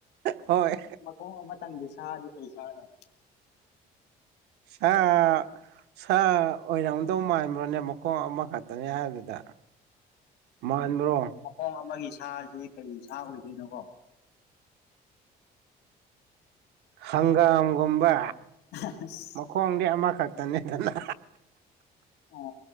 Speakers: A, on the right; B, on the left.
A: ꯍꯣꯏ
B: ꯃꯈꯣꯡ ꯑꯃꯇꯪꯒꯤ ꯁꯥꯗꯤ ꯀꯔꯤ ꯁꯥꯅ‌ꯣ
A: ꯁꯥ ꯁꯥ ꯑꯣꯏꯔꯝꯗꯧ ꯃꯥꯟꯕ꯭ꯔꯣꯅꯦ ꯃꯈꯣꯡ ꯑꯃꯈꯛꯇꯅꯦ ꯍꯥꯏꯕꯗꯨꯗ ꯃꯥꯟꯕ꯭ꯔꯣ
B: ꯈꯣꯡ ꯑꯃꯒꯤ ꯁꯥꯖꯤ ꯀꯔꯤ ꯁꯥ ꯑꯣꯏꯗꯣꯏꯅꯣ ꯀꯣ
A: ꯍꯪꯒꯥꯝꯒꯨꯝꯕ
B: <unintelligible>
A: ꯃꯈꯣꯡꯗꯤ ꯑꯃꯈꯛꯇꯅꯦꯗꯅ
B: ꯑꯣ